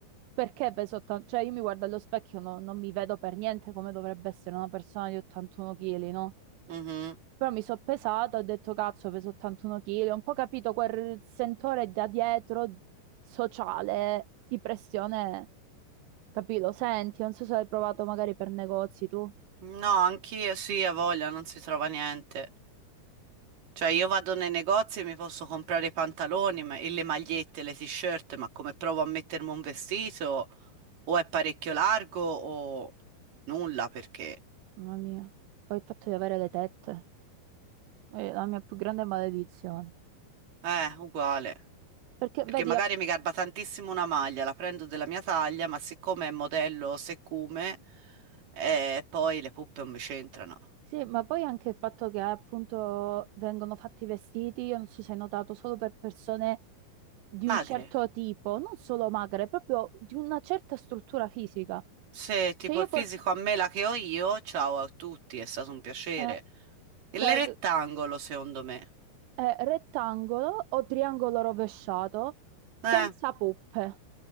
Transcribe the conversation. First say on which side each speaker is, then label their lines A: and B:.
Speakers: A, on the right; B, on the right.
A: perché peso 80? Cioè io mi guardo allo specchio, no- non mi vedo per niente come dovrebbe essere una persona di 81 kg, no?
B: mhm.
A: Però mi sono pesata, ho detto cazzo, peso 81 kg, ho un po' capito quel sentore da dietro sociale di pressione, capì? Lo senti, non so se l'hai provato magari per negozi tu,
B: No, anch'io sì, a voglia, non si trova niente. Cioè, io vado nei negozi e mi posso comprare i pantaloni ma- e le magliette, le t-shirt, ma come provo a mettermi un vestito? O è parecchio largo o nulla perché.
A: mamma mia, poi il fatto di avere le tette è la mia più grande maledizione.
B: Eh, uguale.
A: Perché
B: Perché
A: vedi,
B: magari
A: a-
B: mi garba tantissimo una maglia, la prendo della mia taglia, ma siccome è modello siccome, eh, poi le puppe non mi c'entrano.
A: Sì, ma poi anche il fatto che appunto vengono fatti i vestiti, io non so se hai notato, solo per persone di
B: Magre.
A: un certo tipo, non solo magre, proprio di una certa struttura fisica.
B: Se tipo
A: Cioè io
B: il fisico
A: pot-
B: a me la che ho io, ciao a tutti, è stato un piacere.
A: eh,
B: Il
A: cioè,
B: rettangolo, secondo me.
A: eh, rettangolo o triangolo rovesciato senza
B: Eh,
A: poppe.